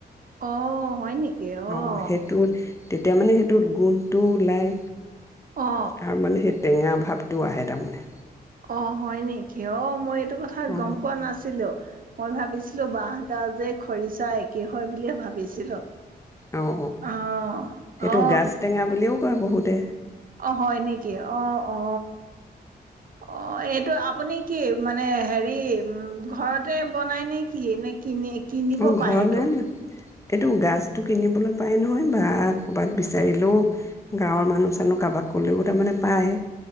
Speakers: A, on the right (about 55°); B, on the left (about 15°).
A: আহ হয় নেকি
B: অ
A: আহ
B: সেইটোত তেতিয়া মানে সেইটোত গোন্ধটো ওলায়
A: অ
B: আৰু মানে সেই টেঙা ভাৱটোও আহে তাৰমানে
A: অ হয় নেকি অ মই এইটো কথা
B: অ
A: গম পোৱা নাছিলো মই ভাবিছিলো বাহডাল যে খৰিচা একেই হয় বুলিয়ে ভাবিছিলোঁ
B: অ অ
A: আহ
B: সেইটো
A: আহ
B: গাজ টেঙা বুলিও কয় বহুতে
A: অ হয় নেকি অ অ অঁ এইটো আপুনি কি মানে হেৰি ঘৰতে বনায় নে কি নে কিনি কিনিব
B: অ ঘৰ
A: পাই সেইটোৱেই
B: নাই ন এইটো গাজতটো কিনিবলৈ পায় নহয় বা ক'ৰবাত বিচাৰিলেও গাঁৱৰ মানুহ চানহ কাৰোবাক কলেও তাৰমানে পায়